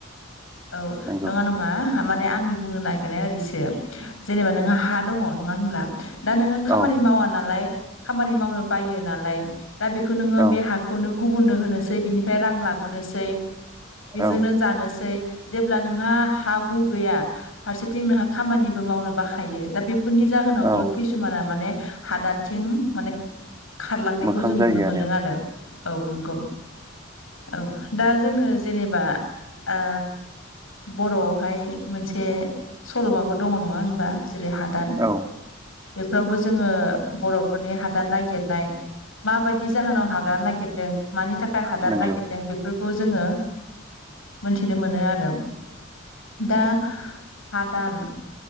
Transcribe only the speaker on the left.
औ
नङा नङा माने आंनि बुंनो नागिरनाया ओरैसो जेनेबा नोंहा हा दङ नङा होनब्ला दा नोङो खामानि
मावा नालाय। खामानि मावनो बायो नालाय दा बेखौ नोङो
बे हाखौ। खौनो गुबुननो होनोसै बिनिफ्राय रां लाबोनोसै बेजोंनो
जानोसै। जेब्ला नोंहा हा हु गैया फारसेथिं नोंहा खामानिबो मावनो बाखायो दा बेफोरनि जाहोनावबो
किसुमाना माने हादानथिं माने खारलांनायखौ
जों नुनो
मोनदों आरो औ नंगौ। औ दा जोङो जेनेबा ओ बर'आवहाय मोनसे सल'माबो दङ नङा होनबा जेरै हादान
बेफोरावबो जोङो बर'फोरनि हादान नागिरनाय। माबायदि जाहोनाव हादान नागिर दों मानि थाखाय हादार
नागिरदों बेफोरखौ जोङो मोनथिनो मोनो आरो। दा हादान